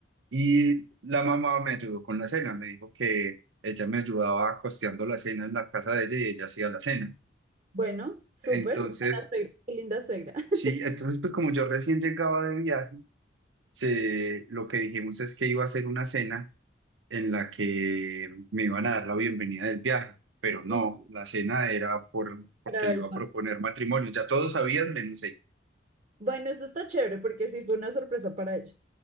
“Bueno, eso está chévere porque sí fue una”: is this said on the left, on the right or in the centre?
Right